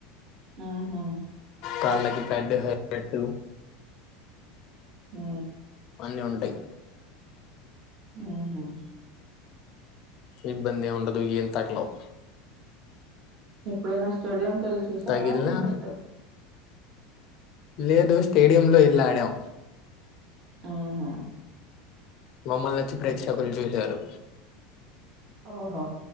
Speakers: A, on the right; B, on the left.
A: ఊహూ
B: కాళ్ళకి ప్యాడ్లు పెట్లు
A: ఉ
B: <unintelligible> అన్నీ ఉంటాయి
A: ఉహు
B: ఇబ్బంది ఏం ఉండదు ఏం తగలవ్
A: ఎప్పుడైనా స్టేడియం కల్ చూషవా
B: తగిలినా
A: క్రికెట్
B: లేదు స్టేడియ లో వెళ్ల్ళడాం
A: ఆహా
B: మమ్మల్నొచ్చి ప్రేక్షకులు చూశారు
A: ఓహో